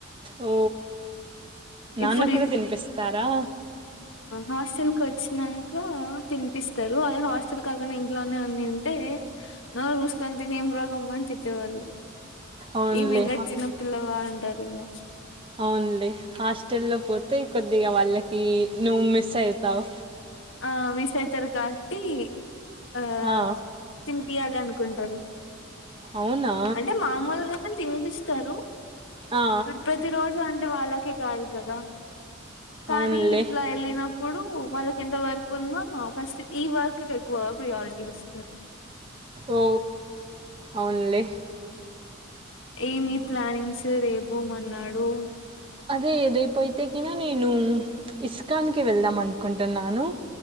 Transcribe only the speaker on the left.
ఇప్పుడు
హాస్టెల్కి వచ్చి న్నాక తినిపిస్తారు అదే హాస్టల్ కాకుండా ఇంట్లోనే అ తంటే నువ్వు రూసుకొని తిని ఏం రోగమ్మా అని తిట్టేవాళ్ళు
ఈమిింగ చిిన పిల్లవ అంటారు అ
ఆ విష అతారు కాట్టి అ
తంపి ఆ్యాను కుంటారు
అంటే మామూలుగానే తింపి తను
ప్రతి రోజు అంటే పండవాకి కదు కద కానీ
ఇట్లా ఎలిన ఇప్పుడు వాళ్ళ ఎంత వర్క్ ఉందో ఫస్ట్ ఈ వర్క్ ఎక్కువ ప్రియారిటీ ఇస్
ఏమి ప్లానింగ్స్ రేపు మన్నాడు